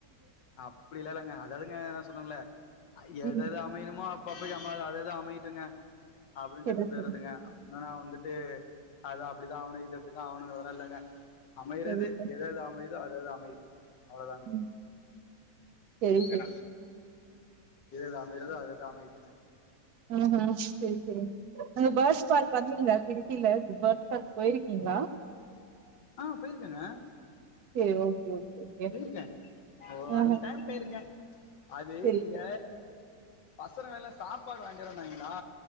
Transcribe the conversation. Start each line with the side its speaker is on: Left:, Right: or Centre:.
Left: அப்படிலா இல்லங்க அதாவதுங்க என்ன சொல்லன்ல ஐ
Right: ம்
Left: எதுது அமையுமோ அப்ப அப்ப அம்மா அதது அமைட்டுங்க அப்படின்னு
Right: செரி
Left: சொல்லிட்டு போயிரதுங்க
Right: செரி
Left: என்னன்னா வந்துட்டு அது அப்படிதான் ஆணும் இது அப்படிதான் ஆணுங்கறதெல்லாம் இல்லங்க அமையறது
Right: செரி சார்
Left: எதுது அமை அதது அமையட்டும் அவ்வளோதாங்க
Right: ம் செரி செரி
Left: என்னா எதுது அமையறதோ அது அது அமையட்டுங்க
Right: ஆஹ் ஆஹ் சேரி சேரி ங்க பேர்ட்ஸ் பார்க் வந்துடுங்க இடுக்கில பேட்ஸ் பார்க் போய்ர்க்கீங்களா
Left: ஆஹ் போயிர்கேங்க
Right: சேரி ஓகே ஓகே ஓகே
Left: போய்ர்கேன் ஒரு
Right: ஆஹ
Left: ஒன் டைம் போய்ர்கேன் அது
Right: சரி
Left: இங்க
Right: சரி
Left: பசங்க எல்லாம் சாப்பாடு வாங்கிட்டு வரேனாகளா